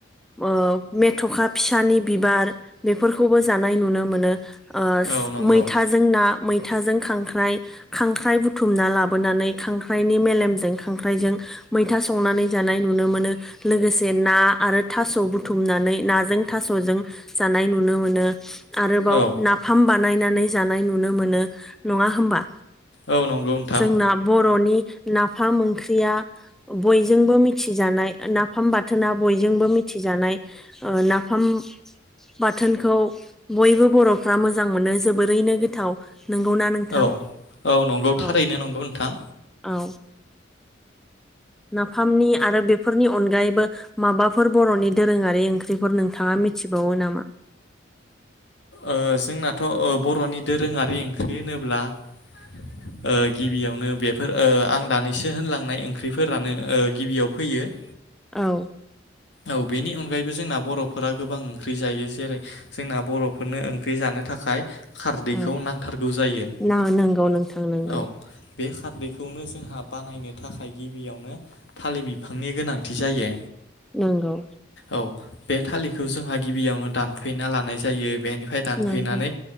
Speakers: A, in the centre; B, on the left.
A: ओ मेथ'खा फिसानि बिबार बेफोरखौबो जा नाय नुनो मोनोम ओ
B: औ नंगौ
A: मैथाजों ना मैथाजों खांख्राइ खांख्राइ बुथुमना लाबोनानै खांख्राइनि मेलेमजों खांख्राइजों मैथा संनानै जानाय नुनो मोनो लोगोसे ना आरो थास' बुथुमनानै नाजों थास'जों जानानै नुनो आरोबाव
B: औ
A: नाफाम बानायनानै जानाय नुनो मोनो नङा होनबा
B: औ नंगौ नोंथां
A: जोंना बर'नि नाफ ओंख्रिया बयजोंबो मिानाय नाफाम बाथोना बयजोंबो मिथिजानाय ओ नाफाम बाथोनखौ बयबो बर'फ्रा मोजां मोनो जोबोरैनो गोथाव नंगौना नोंथां
B: औ औ नंगौ थारैनो
A: औ
B: नंगौ नोंथां
A: औ नाफामनि आरो बेफोरनि अनगायैबो माबाफोर बर'नि दोरोङारि ओंख्रिफोर नोंथाङा मिथिबावो नामा
B: ओ जोंनाथ' ओ बर'नि दोरोङारि ओंख्रि होनोब्ला ओ गिबियावनो बेफोर ओ आं दानैसो होनलांनाय ओंख्रिफोरानो गिबियाव फैयो ओ
A: औ
B: औ बेनि अनगायैबो जोंना बर'फोरा गोबां ओंख्रि जायो जेरै जोंना बर' फोरनो ओंख्रि जानो थाखाय खारदैखौ
A: औ
B: नांथारगौ जायो
A: ना नंगौ नोंथां नंगौ
B: औ बे खारदैखौनो जोंहा बानायनो थाखाय गिबियावनो थालिर बिफांनि गोनांथि जायो
A: नंगौ
B: औ बे थालिरखौ जोंहा गिबियावनो दानफैना लानाय जायो बेनिफ्राय दानफैनानै
A: नंगौ